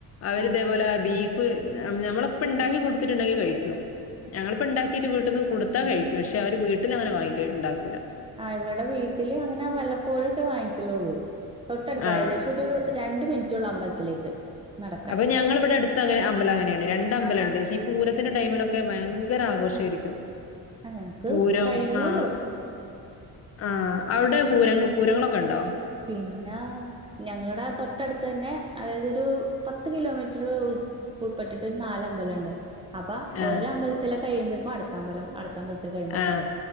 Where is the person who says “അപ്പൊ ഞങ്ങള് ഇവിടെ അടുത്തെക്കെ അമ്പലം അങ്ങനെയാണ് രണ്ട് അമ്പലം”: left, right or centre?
Left